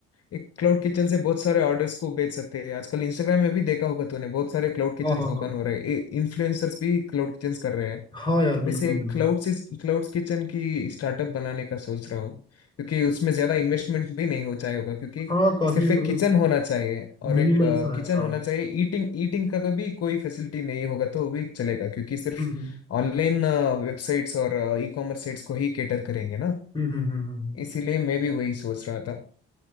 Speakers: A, on the left; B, on the left.
A: एक क्लाउड किचन से बहुत सारे ऑर्डर्स को बेच सकते हैं आजकल इंस्टाग्राम में भी देखा होगा तूने बहुत सारे क्लाउड किचन
B: हाँ हाँ हाँ
A: ओपन हो रहे हैं इन्फ्लुएंसर्स भी क्लाउड किचन कर रहे हैं
B: हाँ यार बिल्कुल
A: वैसे
B: बिल्कुल
A: क्लाउड्स क्लाउड्स किचन की स्टार्टअप बनाने का सोच रहा हूँ क्योंकि उसमें ज़्यादा इन्वेस्टमेंट भी नहीं हो जाएगा क्योंकि
B: हाँ काफी
A: सिर्फ एक
B: मतलब
A: किचन होना चाहिए और
B: मिनिमल
A: एक
B: सा
A: किचन
B: है हाँ
A: होना
B: हम्म
A: चाहिए ईटिंग ईटिंग का कभी कोई फैसिलिटी नहीं होगा तो वो भी चलेगा क्योंकि सिर्फ
B: हम्म
A: ऑनलाइन वेबसाइट्स और ई कॉमर्स साइट्स को ही कैटर करेंगे ना
B: हम्म हम्म हम्म, हम्म।
A: इसीलिए मैं भी वही सोच रहा था